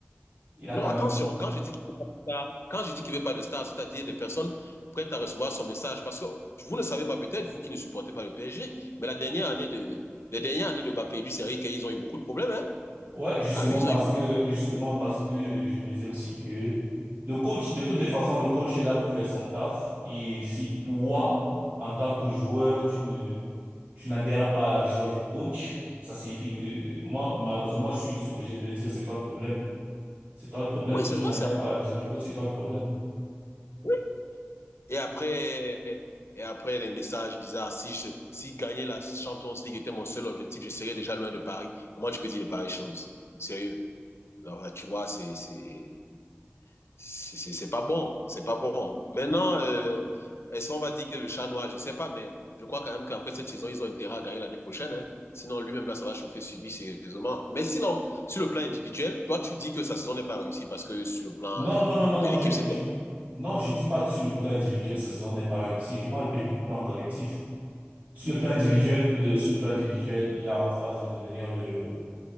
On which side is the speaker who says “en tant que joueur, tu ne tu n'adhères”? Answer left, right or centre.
Right